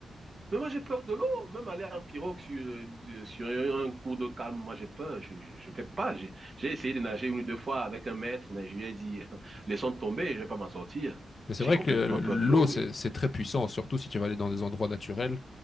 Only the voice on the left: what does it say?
Mais c'est
vrai
que euh,
l'eau,
c'est
c'est très puissant, surtout si tu vas aller dans des endroits naturels.